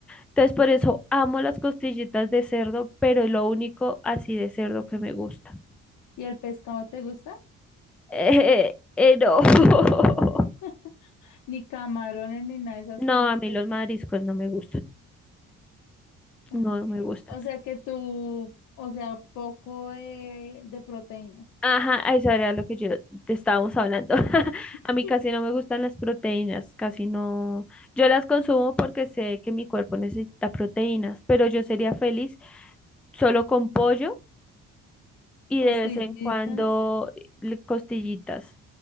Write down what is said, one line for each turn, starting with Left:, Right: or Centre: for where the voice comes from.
Centre: Entonces por eso amo las costillitas de cerdo, pero es lo único así de cerdo que me gusta. <laughs>
Left: ¿Y el pescado te gusta?
Centre: Eh, eh, no. <laughs>
Left: <laughs> Ni camarones, ni nada de esas
Centre: No,
Left: cosas
Centre: a mí
Left: te
Centre: los mariscos no me gustan.
Left: Ok.
Centre: No me gustan.
Left: O sea que tú, o sea, poco eh, de proteínas,
Centre: Ajá, a eso era lo que yo te estábamos hablando. <laughs>
Left: <laughs>
Centre: A mí casi no me gustan las proteínas, casi no. Yo las consumo porque sé que mi cuerpo necesita proteínas, pero yo sería feliz solo con pollo y
Left: costillitas
Centre: de vez en cuando le- costillitas.